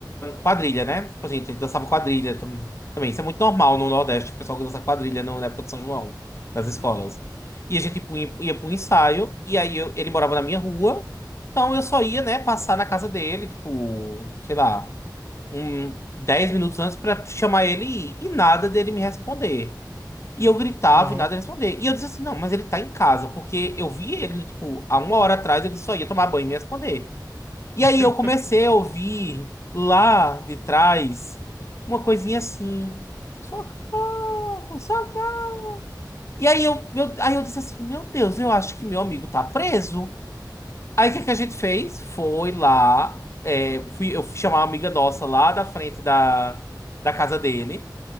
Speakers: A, on the left; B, on the right.
A: quadrilha, né? Tipo assim, a gente dançava quadrilha tam- também. Isso é muito normal no Nordeste, o pessoal que dança quadrilha no- na época de São João, nas
B: Uhum.
A: escolas. E a gente punha- ia para um ensaio, e aí eu- ele morava na minha rua, então eu só ia, né, passar na casa dele, tipo, sei lá, um 10 minutos antes pra chamar ele e ir, e nada dele me responder. E eu gritava
B: Aham.
A: e nada ele responder. E eu disse assim, não, mas ele tá em casa, porque eu vi ele, tipo, há uma hora atrás ele só ia tomar banho e me responder. E
B: <laughs>
A: aí eu comecei a ouvir lá de trás uma coisinha assim. Socorro, socorro. E aí eu, eu- aí eu disse assim, meu Deus, eu acho que meu amigo tá preso. Aí o que que a gente fez? Foi lá, é, fui, eu fui chamar uma amiga nossa lá da frente da, da casa dele.